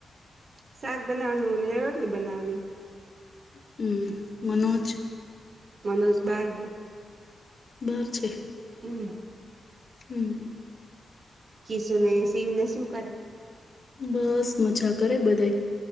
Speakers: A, on the right; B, on the left.
A: શાક બનાવનું ને રોટલી બનાવની.
B: હમ્મ મનોજ.
A: મનોજ બાર
B: બાર છે.
A: હમ્મ.
B: હમ્મ.
A: કીશુ ને, શીવને શું કરે?
B: બસ મજા કર બધાય.